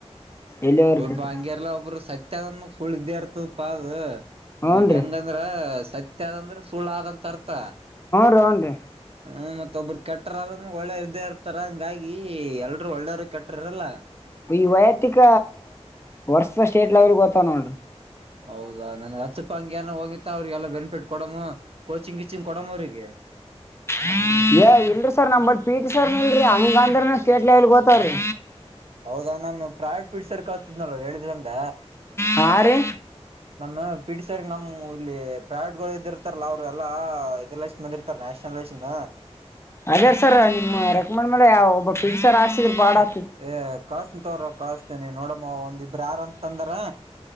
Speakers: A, on the left (about 25°); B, on the right (about 60°).
A: ಎಲ್ಲಿಯೋ
B: ಸ್ವಲ್ಪ
A: ಇರ್ತೈತ್ರಿ
B: ಹಂಗಗೆರ್ಲ್ಲ ಒಬ್ರು ಸತ್ಯ ಅದ ಸುಳ್ಳು ಇದೇ ಇರ್ತದ ಪಾ ಹ ಇದೀಗ
A: ಹೂನ್ರಿ
B: ಹೆಂಗಂದ್ರ ಸತ್ಯದ ಅಂದ್ರ ಸುಳ್ಳಾಆದಂಥರ್ಥ
A: ರಿ
B: ಹ್ಮ್ ಮತ್ತೊಬ್ರು ಕೆಟ್ಟ್ರ ಒಳ್ಳೆರ ಇರ್ತಾರ ಹಂಗಾಗಿ ಎಲ್ರುೂ ಒಳ್ಳೇರು ಕೆಟ್ಟರಲ್ಲ
A: ಈ ವೈಯಕ್ತಿಕ ವರ್ಸದ ಸ್ಟೇಟ್ ಲೆವೆಲ್ ಗೆ ಹೋಗತಾವನರಿ
B: ಹೌದಾ ನನ್ ಹಚ್ಚಪ್ಪ ಹಂಗ ಏನ ಹೋಗಿತ್ತ ಅವ್ರಿಗೆಲ್ಲ ಬೆನಿಫಿಟ್ ಕೊಡಮ ಕೋಚಿಂಗ್ ಗಿಚಿಂಗ್ ಕೊಡಮ ಅವ್ರಿಗೆ <inaudible>
A: <unintelligible> ಏ ಇಲ್ಲ ಸರ್ ನಮ್ಮ ಪೀಟ ಸರ್ <unintelligible> ಹಂಗ ಅಂದ್ರನು ಸ್ಟೇಟ್ ಲೆವೆಲ್ ಗೋತವ್ರೀ
B: ಹೌದಾ ನಾನು ಪ್ರಾಯ ಪೀಡ್ಸರ್ ಕಳತಿದ್ನಲ್ ಹೇಳಿದ್ರಂದ.
A: ಹಾ ರೀ
B: ನಮ್ಮ ಪಿಟಿ ಸರ್ ನಮ್ಮ್. ಇಲ್ಲಿ ಪ್ರಯಡ್ ಗಳು ಇದ ಇರ್ತಾರಲ್ಲಾ ಅವರು ಎಲ್ಲಾ ಇದಸ್ ಬಂದ ಇರ್ತ ನ್ಯಾಷನಲ್ ದಿಂದ.
A: ಅದೇ ಸರ್ ನಿಮ್ ರೆಕಮಂಡ್ ಮೇಲೆ ಯಾವ ಒಬ್ಬ ಪ. <unintelligible>
B: ಏ ಕಳ್ಸ್ ತೋರ ಕಸ್ತೇನಿ ನೋಡಮ್ಮ ಒಂದಿಬ್ರು ಯಾರಂತ ತಂದಾರ.